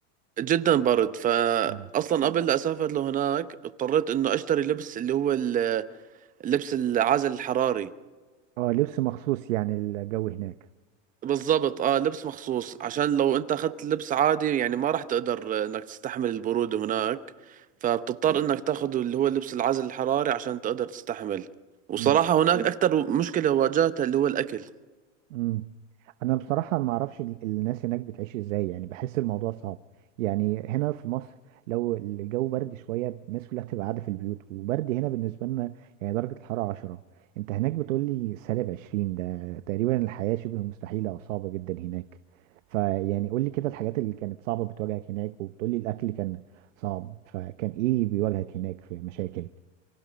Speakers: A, on the right; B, on the right.
A: جدا برد فاصلا
B: مم.
A: قبل لا اسافر لهناك اضطريت انه اشتري لبس اللي هو ال- اللبس العازل الحراري
B: اه لبس مخصوص يعني الجو هناك
A: بالضبط اه لبس مخصوص عشان لو انت اخذت لبس عادي يعني ما راح تقدر انك تستحمل البرودة هناك فبتضطر انك تاخذ اللي هو لبس العازل الحراري عشان تقدر تستحمل وصراحة
B: امم
A: هناك اكثر مشكلة واجهتها اللي هو الاكل
B: مم. انا بصراحه ما اعرفش ال- الناس هناك بتعيش ازاي يعني بحس الموضوع صعب يعني هنا في مصر لو الجو برد شويه الناس كلها بتبقى قاعده في البيوت وبرد هنا بالنسبه لنا يعني درجه الحراره 10 انت هناك بتقول لي سالب 20 ده تقريبا الحياه شبه مستحيله او صعبه جدا هناك فيعني قول لي كده الحاجات اللي كانت صعبه بتواجهك هناك وبتقول لي الاكل كان صعب فكان ايه بيواجهك هناك في مشاكل